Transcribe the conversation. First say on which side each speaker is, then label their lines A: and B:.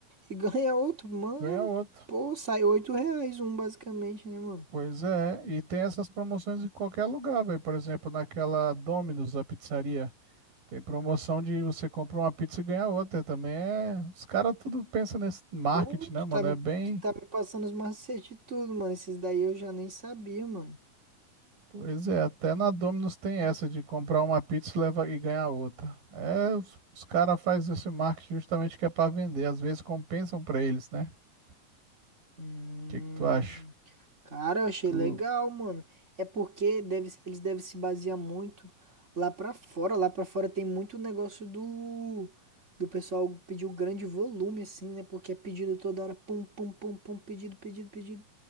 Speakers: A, on the right; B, on the right.
A: e <laughs> ganha outro, mano.
B: Ganha outro.
A: Pô, sai 8 reais um basicamente, né, mano?
B: Pois é, e tem essas promoções em qualquer lugar, velho. Por exemplo, naquela Domino's, a pizzaria. Tem promoção de você compra uma pizza e ganha outra. Também é. Os caras tudo pensam nesse marketing,
A: Pô,
B: né,
A: tu
B: mano?
A: tá me,
B: É bem.
A: tu tá me passando os macetes de tudo, mano. Esses daí eu já nem sabia, mano.
B: Pois é, até na Domino's tem essa de comprar uma pizza e leva e ganhar outra. É, os, os caras fazem esse marketing justamente que é pra vender. Às vezes compensam pra eles, né? O
A: Hum.
B: que que tu acha?
A: Cara, eu achei
B: Tu...
A: legal, mano. É porque deve, eles devem se basear muito lá pra fora. Lá pra fora tem muito negócio do do pessoal pedir o grande volume, assim, né? Porque é pedido toda hora, pum, pum, pum, pum, pedido, pedido, pedido.